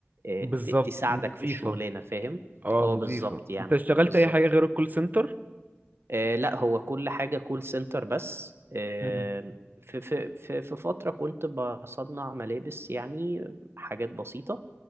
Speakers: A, on the right; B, on the right.
A: آه،
B: بالظبط
A: ت- تساعدك
B: نظيفة
A: في الشغلانة فاهم
B: اه
A: اه
B: نظيفة
A: بالظبط يعني
B: انت اشتغلت
A: بالظبط
B: اي حاجة غير الكول سنتر
A: آه، لا هو كل حاجة كول سنتر بس آه،
B: مم.
A: في في في في فترة كنت بصنع ملابس يعني حاجات بسيطة